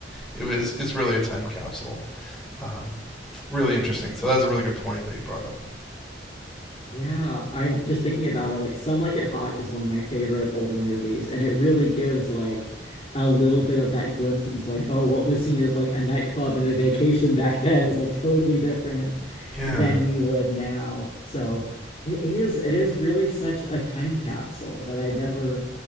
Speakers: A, in the centre; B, on the left.
A: it was it's really a time capsule um really interesting so that was a really good point that you brought up
B: Yeah, I'm just thinking about it. Like, Some Like It Hot is one of my favorite older movies, and it really gives like a little bit of that glimpse into like, oh, what was seen as like a nightclub and a vacation back <laughs> then was like totally different
A: yeah
B: than we would now. So it is, it is really such a time capsule that I never